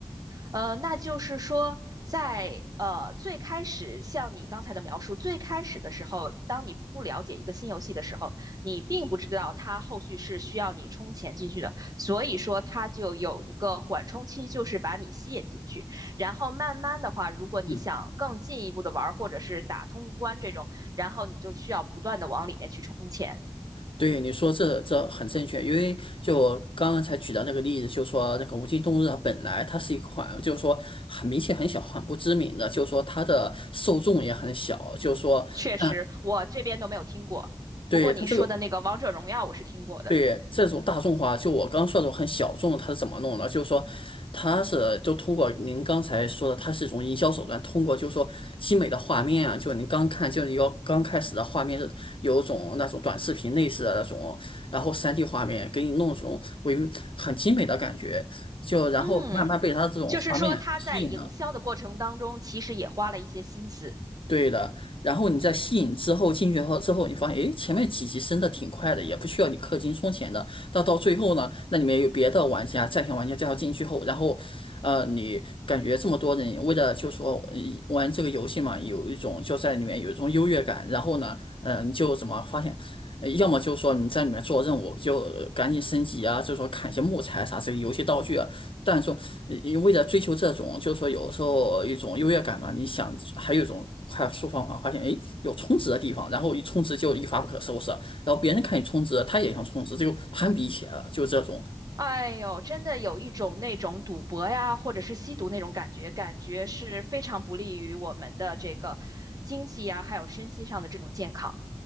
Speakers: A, on the right; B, on the left.
A: 呃，那就是说，在呃最开始，像你刚才的描述，最开始的时候，当你不了解一个新游戏的时候，你并不知道它后续是需要你充钱进去的，所以说它就有一个缓冲期，就是把你吸引进去。然后慢慢的话，如果你想更进一步的玩儿，
B: 嗯。
A: 或者是打通关这种，然后你就需要不断的往里面去充钱。
B: 对你说这这很正确，因为就我刚刚才举的那个例子，就说那个无尽冬日》它本来它是一款，就是说很明显很小、很不知名的，就是说它的受众也很小，就是说，
A: 确实，
B: 嗯，
A: 我这边都没有听过，
B: 对它这个。
A: 不过你说的那个《王者荣耀》，我是听过的。
B: 对这种大众化，就我刚说的这种很小众的，它是怎么弄的？就是说，它是就通过您刚才说的，它是一种营销手段，通过就是说精美的画面啊，就您刚看就是要刚开始的画面是有一种那种短视频类似的那种，然后三 d 画面给你弄这种为很精美的感觉，就然后慢慢被它这种画面吸引了。
A: 嗯。就是说他在营销的过程当中，其实也花了一些心思。
B: 对的，然后你在吸引之后进去后之后，你发现诶，前面几级升的挺快的，也不需要你氪金充钱的。到到最后呢，那里面有别的玩家、在线玩家介绍进去后，然后，呃，你感觉这么多人为了就说呃玩这个游戏嘛，有一种就在里面有一种优越感。然后呢，嗯，你就怎么发现，呃要么就说你在里面做任务就呃赶紧升级啊，就说砍一些木材啥这些游戏道具啊，但是说，你为了追求这种，就是说有时候一种优越感嘛，你想还有一种快速方法，发现诶有充值的地方，然后一充值就一发不可收拾，然后别人看你充值，他也想充值，这就攀比起来了，就这种。
A: 哎呦，真的有一种那种赌博呀，或者是吸毒那种感觉，感觉是非常不利于我们的这个经济呀，还有身心上的这种健康。